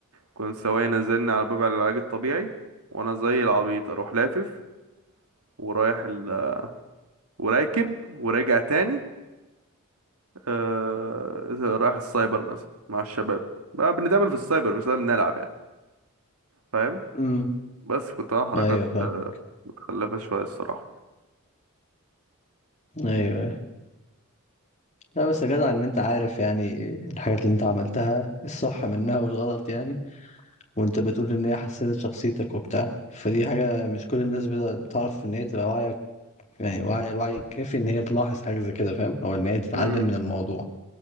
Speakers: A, on the right; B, on the left.
A: كنت سواق نزلني على باب العلاج الطبيعي وانا زي العبيط اروح لافف ورايح ال... وراكب وراجع تاني آه... رايح السايبر مثلا مع الشباب بقى بنتقابل في السايبر مش لازم نلعب يعني فاهم
B: امم
A: بس كنت انا حركات
B: ايوه فاهم
A: متخلفة شوية الصراحة
B: ايوه أيوة. لا بس يا جدع ان انت عارف يعني الحاجات اللي انت عملتها الصح منها والغلط يعني وانت بتقول ان هي حسنت شخصيتك وبتاع فدي حاجة مش كل الناس بت- بتعرف ان هي تبقى واعية يعني واعية الوعي الكافي ان هي تلاحظ حاجة زي كده فاهم او ان هي تتعلم
A: امم
B: من الموضوع